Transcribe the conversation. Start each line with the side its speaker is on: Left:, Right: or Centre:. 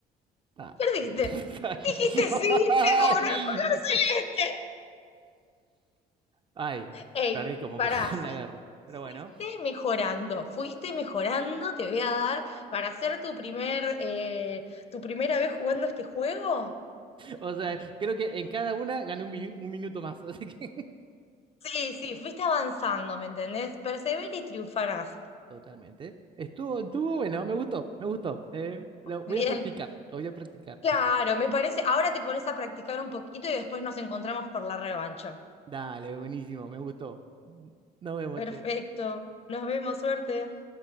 Right: Ah,
Left: perdiste.
Right: <laughs> ay,
Left: Dijiste sí,
Right: ay.
Left: te dono el color celeste.
Right: Ay,
Left: Ey,
Right: perdí como
Left: pará,
Right: <laughs> en
Left: fui-
Right: la guerra. Pero
Left: fuiste
Right: bueno,
Left: mejorando, fuiste mejorando. Te voy a dar para hacer tu primer, eh, tu primera vez jugando este juego.
Right: o sea, creo que en cada una gané un, minu- un minuto más. Así que
Left: Sí, sí, fuiste avanzando, ¿me entendés? Perseverar y triunfarás.
Right: Totalmente. Estuvo, estuvo bueno, me gustó, me gustó. Eh, lo voy
Left: Bien.
Right: a practicar, lo voy a practicar.
Left: Claro,
Right: <laughs>
Left: me parece. Ahora te pones a practicar un poquito y después nos encontramos por la revancha.
Right: Dale, buenísimo, me gustó. Nos vemos,
Left: Perfecto.
Right: che.
Left: Nos vemos, suerte.